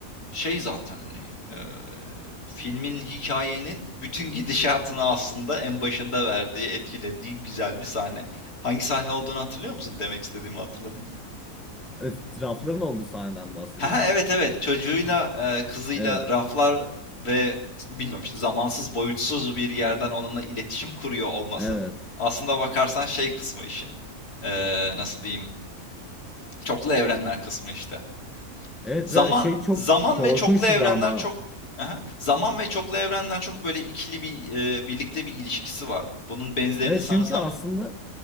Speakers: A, on the left; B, in the centre.
A: şey zaten hani e, filmin hikayenin bütün <laughs> gidişatını aslında en başında verdiği, etkilediği güzel bir sahne. Hangi sahne olduğunu hatırlıyor musun? Demek istediğimi hatırladın mı?
B: etrafların olduğu sahneden bahsediyorsun.
A: Ha evet evet çocuğuyla
B: <laughs>
A: e, kızıyla
B: Evet,
A: raflar ve bilmiyorum işte zamansız boyutsuz bir yerden onunla iletişim kuruyor olması.
B: evet.
A: Aslında bakarsan şey kısmı işin. E, nasıl diyeyim? Çoklu evrenler kısmı işte.
B: Evet
A: Zaman
B: ve şey çok
A: zaman
B: korkunçtu
A: ve çoklu evrenler
B: da ama.
A: çok Hı Zaman ve çoklu evrenler çok böyle ikili bir, eee, birlikte bir ilişkisi var. Bunun benzerini
B: Evet
A: sanırsam
B: çünkü aslında